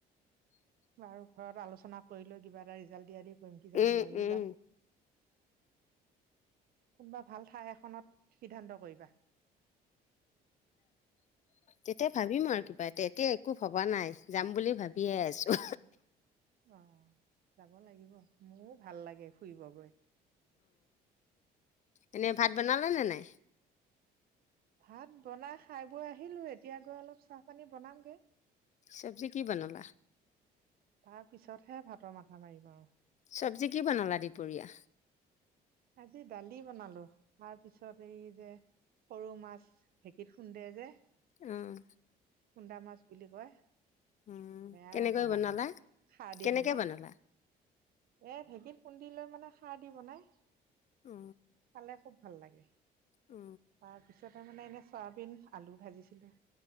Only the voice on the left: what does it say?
উম
উম
তেতিয়া ভাবিম আৰু ক এতিয়া একো ভবা নাই যাম বুলি ভাবিয়ে আছো।
এনেই ভাত বনালে নে নাই?
চব্জি কি বনালা?
চব্জি কি বনালা দুপৰীয়া?
উম'।
অ
কেনেকৈ
বনালা
কেনেকে
বনালা
অ
অ